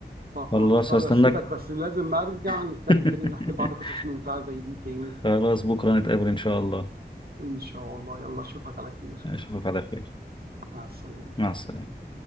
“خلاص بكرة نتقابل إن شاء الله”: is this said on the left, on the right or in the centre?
Left